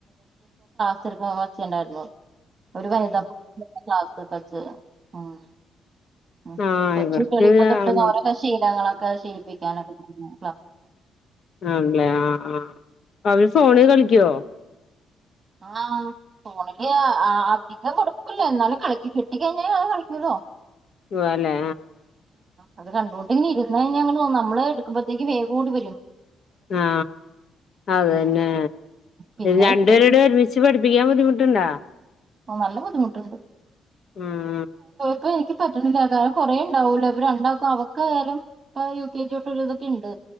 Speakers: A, on the right (about 35°); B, on the left (about 60°).
A: <unintelligible> ഒച്ചണ്ടായിരുന്നു ഒരു വനിതാ <inaudible> ക്ലാസ്സ്ട്ത്തത് മ്മ് മ്മ്
B: ആഹ്
A: കൊച്ചുട്ട്യാള്
B: ഇവർക്ക്
A: ഇപ്പൊ തൊട്ട്
B: ആവണം
A: <unintelligible> ശീലങ്ങള് ട്ട്യാളെ ശീലിപ്പിക്കാനൊക്കെ തൊടങ്ങിയോ
B: ആല്ലേ ആ ആ അവര് ഫോണിൽ കളിക്കോ
A: ആ ഫോണില് അധികം കൊട്ക്കില്ലന്നാലും കിട്ടിക്കഴിഞ്ഞ കളിക്കല്ലോ
B: സുവാലേ
A: അത് കണ്ടോണ്ട്ങ്ങിരുന്നഴിഞ്ഞ നമ്മള് എട്ക്ക്മ്പോത്തേക്ക് വേഗോടിവരും
B: ആ അതെന്നെ
A: ഉം പിന്നെ
B: രണ്ട്പേരുടിം
A: ഇത്രയും
B: ഒരുമിച്ച് പഠിപ്പിക്കാൻ ബുദ്ധിമുട്ട്ണ്ടോ?
A: ഓ നല്ല ബുദ്ധിമുട്ട്ണ്ട്
B: ഉം
A: ഇപ്പൊ എനിക്ക് പറ്റിണില്ലത് കുറേണ്ടാവോലോ ഇപ്പ രണ്ടാക്കും അവൾക്കായാലും ഇപ്പ യു കെ ജി തൊട്ട് ഒരുവിതൊക്കെണ്ട്